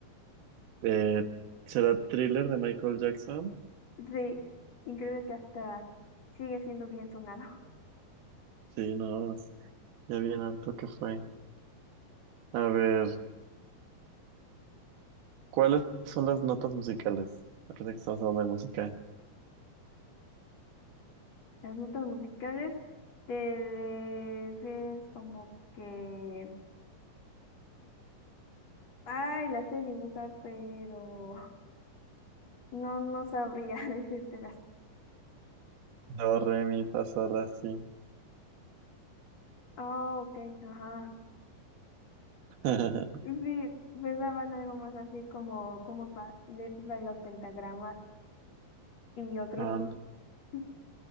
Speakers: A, on the right; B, on the left.
A: Eh, ¿será thriller de Michael Jackson?
B: Sí, increíble que hasta sigue siendo bien sonado. <laughs>
A: Sí, nada más. Ya bien harto que fue. A ver, ¿cuáles son las notas musicales? Parece que estamos hablando de música.
B: Las notas musicales te es como que, ay, las sé dibujar, pero <laughs> no, no sabría <laughs> decírtelas.
A: Do, re, mi, fa, sol, la, si.
B: Ah, ok, ajá.
A: <laughs>
B: Sí, pensaban algo más así como, como pa- de esos de los pentagramas. y otros.
A: No, no.
B: <laughs>